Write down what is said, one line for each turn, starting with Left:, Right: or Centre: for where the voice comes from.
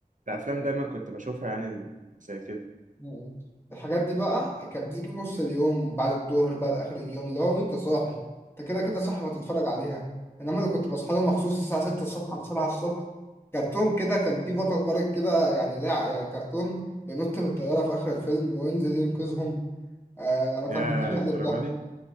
Right: الافلام دايما كنت بشوفها يعني ال- زي كده
Left: مم. الحاجات دي بقى كانت بتيجي في نص اليوم بعد الظهر بقى آخر اليوم اللي هو أنت صاحي أنت كده كده صاحي وهتتفرج عليها إنما اللي كنت بصحى له مخصوص الساعة 6 الصبح أو 7 الصبح كرتون كده كان في بطل خارق كده يعني لا يعني كرتون بينط من الطيارة في آخر الفيلم وينزل ينقذهم آه لما كان
Right: يا
Left: بيتشقلب
Right: الدرجه
Left: على ده
Right: دي